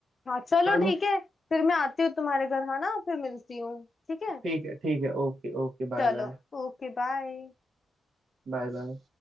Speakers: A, on the left; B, on the right.
A: हाँ चलो
B: चलो
A: ठीक है फिर मैं आती हूँ तुम्हारे घर है ना फिर मिलती हूँ ठीक है
B: ठीक है ठीक है okay okay bye
A: चलो
B: bye
A: Okay bye
B: Bye bye